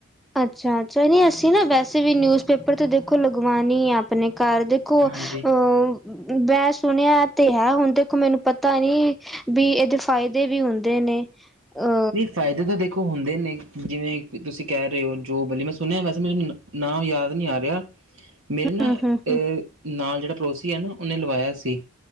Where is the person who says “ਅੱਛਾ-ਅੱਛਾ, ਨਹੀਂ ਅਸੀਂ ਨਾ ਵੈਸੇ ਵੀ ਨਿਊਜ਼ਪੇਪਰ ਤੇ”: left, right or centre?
Centre